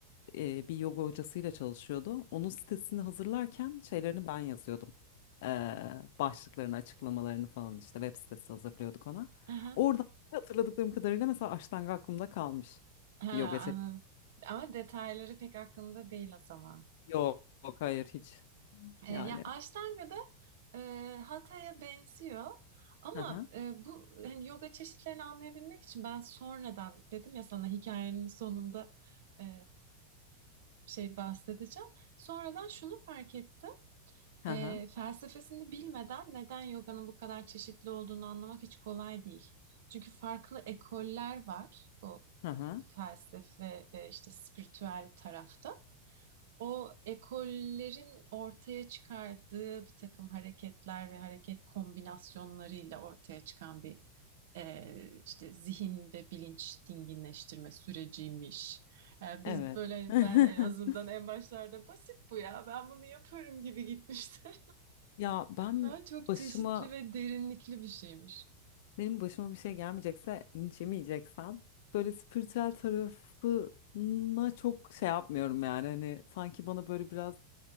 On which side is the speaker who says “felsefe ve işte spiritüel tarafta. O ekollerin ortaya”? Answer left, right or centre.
Right